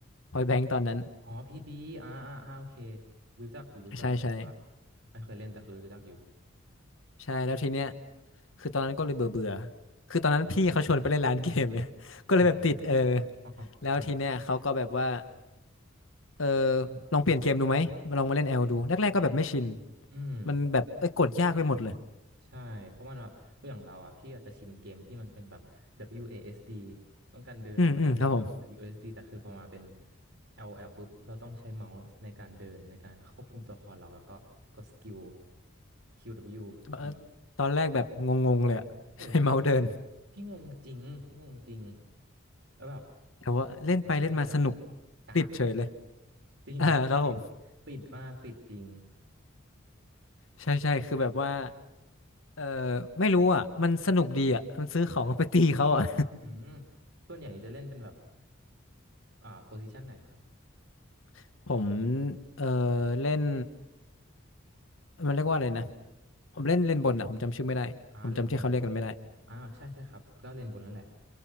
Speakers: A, on the left; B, on the right.
A: พอยแบงค์ตอนนั้น
B: อ๋อพีบีอ่าอ่าอ่าโอเครู้จักอยู่รู้จักอยู่แต่ว่า
A: ใช่ใช่
B: ไม่เคยเล่นแต่คือรู้จักอยู่
A: ใช่แล้วทีเนี้ยคือตอนนั้นก็เลยเบื่อเบื่อคือตอนนั้นพี่เขาชวนไปเล่นร้านเกมเนี่ย <laughs> ก็เลยแบบติดเออ
B: อ๋ออ๋อค่ะ
A: แล้วทีเนี้ยเขาก็แบบว่า เออลองเปลี่ยนเกมดูไหมลองมาเล่นแอลดูแรกๆก็แบบไม่ชิน
B: อืม
A: มันแบบเอ้ยกดยากไปหมดเลย
B: ใช่เพราะว่าเนอะอย่างเราอ่ะพี่อาจจะชินเกมที่มันเป็นแบบ WASD ต้องการเดินเวลาเดินกด
A: อืมอืมครับผม
B: WASD แต่คือพอมาเป็น LL ปุ๊บเราต้องใช้เมาส์ในการเดินในการควบคุมตัวละครเราแล้วก็กดสกิล QW
A: เอ่อ
B: E
A: ตอนแรกแบบงงๆเลยอะ
B: เบิลยูอเออใช่ไหม
A: <laughs> ใช้เมาส์เดิน
B: พี่งงจริงพี่งงจริงแล้วแบบ
A: แต่ว่าเล่นไปเล่นมาสนุก
B: โอ้ตอนแรกนี่คือแบบกากเลย
A: ติดเฉยเลย
B: จริง
A: <laughs> อ่าครับผม
B: <laughs> ติดติดมากติดจริง
A: ใช่ใช่คือแบบว่าเออไม่รู้อ่ะมันสนุกดีอ่ะมันซื้อของไปตีเขาอ่ะ
B: อืมส่วนใหญ่จะเล่นเป็นแบบอ่าโพซิชันไหนครับ
A: <laughs> ผมเออเล่นมันเรียกว่าอะไรนะผมเล่นเล่นบนอ่ะผมจำชื่อไม่ได้ผมจำชื่อเขาเรียกกันไม่ได้
B: อ่าเล่นบนอ่าใช่ใช่ครับก็เล่นบนนั่นแหละ